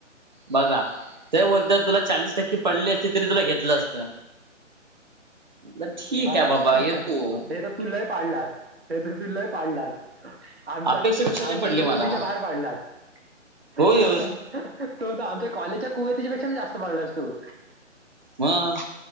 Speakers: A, on the right; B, on the right.
A: बगा, ते बोलतेत तुला चाळीस टक्के
B: हा
A: पडले असते तरी तुला घेतलं असतं. म्हटलं ठीक
B: हा..
A: आहे बाबा
B: ह्..
A: येतो
B: ह.. हे तर तु लाय पाडलास, हे तू लय पाडलास. आमच्या...
A: अपेक्षेपेक्षा लय
B: आमच्या
A: पडली
B: कुवतीच्या
A: मला.
B: बाहेर पाडलाच. ह्..
A: होयच.
B: ह्.. ह्.. ह्.. तो तर आमच्या कॉलेजच्या कुवतीच्या पेक्षा बी जास्त पाडलास तु
A: मग..